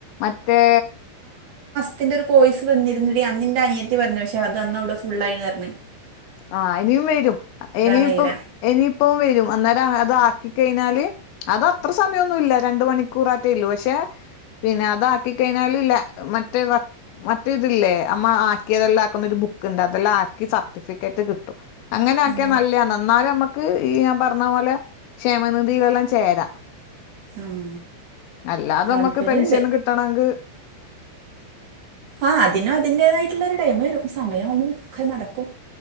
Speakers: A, on the left; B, on the right.
A: മറ്റേ
B: അതിൻ്റൊരു കോയ്സ് വന്നിരുന്നു അന്ന്ന്റെ അനിയത്തി പറഞ്ഞു പക്ഷെ അത് അന്ന് ഔടെ ഫുൾ ആയി പറഞ്ഞു
A: ആ ഇനിയും വരും ഇനിപ്പം
B: കഴിയൂല
A: ഇനിയിപ്പം വരും അന്നേരം ആ അത് കഴിഞ്ഞാല് അത് അത്ര സമയംമോന്നുമില്ല രണ്ട് മണിക്കൂറ് ആട്ടേ ഉള്ളൂ പക്ഷെ പിന്നെ അതാക്കി കഴിഞ്ഞാൽ ഇല്ല മറ്റേ മറ്റേ തില്ലേ നമ്മ ആക്കിതെല്ലാം ആക്കുന്ന ഒരു ബുക്ക്ണ്ട് അതെല്ലാം ആക്കി സർട്ടിഫിക്കറ്റ് കിട്ടും അങ്ങനെ ആക്കിയ
B: ഉം
A: നല്ല്യണ് എന്നാലും നമ്മക്ക് ഈ ഞാൻ പറ പറഞ്ഞ പോലെ ക്ഷേമനിധികളെല്ലാം ചേരാം
B: ഉം
A: അല്ലാതെ
B: താല്പര്യണ്ട്
A: നമ്മക്ക് പെൻഷന് കിട്ടണെങ്കിൽ
B: ആ അതിനും അതിന്റേതായിട്ടുള്ള ഒരു ടൈമം വരും സമയാവുബൊ ഒക്കെ നടക്കും